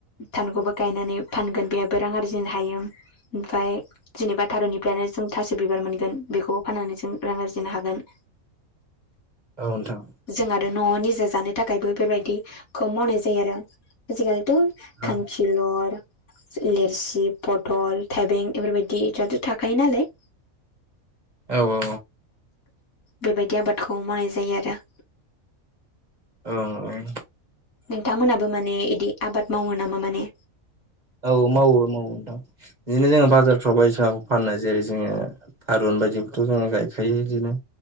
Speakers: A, on the left; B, on the right.
A: थारुनखौबो गायनानै फानगोन। बेहायबो रां आरजिनो हायो, ओमफाय जेनेबा थारुननिफ्रायानो जों थास' बिबार मोनगोन बेखौबो फाननानै जों रां आरजिनो हागोन।
B: औ नोंथां।
A: जों आरो न'आव निजा जानो थाखायबो बेफोरबायदिखौ मावनाय जायो आरो। आजिखालिथ'
B: औ
A: खांखिलर लिरसि पटल थाइबें एफोरबायदियाथ थाखायो नालाय।
B: औ औ।
A: बेबायदि आबादखौ मावनाय जायो आरो।
B: औ ओं।
A: नोंथांमोनहाबो माने इदि आबाद मावो नामा माने?
B: औ मावो मावो नोंथां बिदिनो जोङो बाजारफ्रावबो बायदिसिनाखौ फानाय जायो, जेरै जोङो थारुन बायदिखौथ' जोङो गायखायो इदिनो।